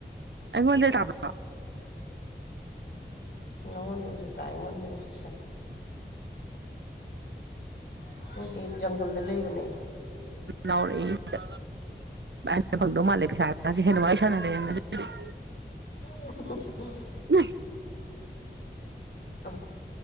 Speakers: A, on the right (about 75°); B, on the left (about 75°).
A: ꯑꯩꯉꯣꯟꯗꯩ ꯇꯥꯕ꯭ꯔꯣ
B: ꯅꯉꯣꯟꯗꯩ ꯁꯨ ꯇꯥꯏ ꯑꯩꯉꯣꯟꯗꯩꯁꯨ ꯇꯥꯏ ꯑꯩꯈꯣꯏꯗꯤ ꯖꯪꯒꯜꯗ ꯂꯩꯕꯅꯦ
A: ꯂꯥꯥꯎꯔꯛꯏ ꯑꯩꯅ ꯐꯪꯗꯧ ꯃꯥꯜꯂꯦ ꯄꯩꯁꯥ ꯈꯥꯁꯦ ꯍꯦꯟꯅ ꯋꯥꯔꯤ ꯁꯥꯟꯅꯔꯦ <unintelligible> <unintelligible>
B: <unintelligible>
A: <unintelligible>
B: ꯑ <inaudible>